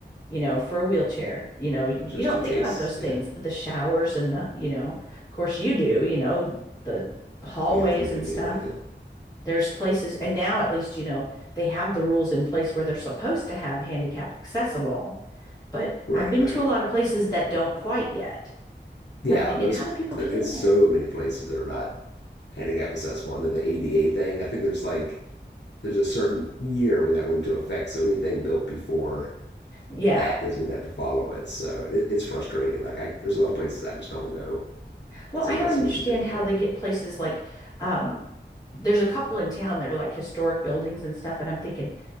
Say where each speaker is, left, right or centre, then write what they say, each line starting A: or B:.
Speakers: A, on the left; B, on the left.
A: you know, for a wheelchair. You know, y- you
B: just
A: don't
B: in
A: think
B: case.
A: about those things,
B: Yeah,
A: the showers and the, you know, of course you do, you know, the hallways
B: yeah, from the beginning.
A: and stuff.
B: Yeah,
A: There's places, and now at least, you know, they have the rules in place where they're supposed to have handicap accessible. But
B: right,
A: I've been
B: right.
A: to a lot of places that don't quite yet.
B: Yeah,
A: And I'm thinking,
B: most
A: how do people get
B: it's
A: in there?
B: so many places that are not handicap accessible. And then the ADA thing, I think there's like there's a certain year where that went into effect, so anything built before
A: Yeah.
B: that doesn't even have to follow it. So it, it's frustrating. Like I, there's a lot of places I just don't go
A: Well,
B: because
A: I
B: I know
A: don't
B: it's
A: understand
B: gonna be too difficult.
A: how they get places like um there's a couple in town that are like historic buildings and stuff and I'm thinking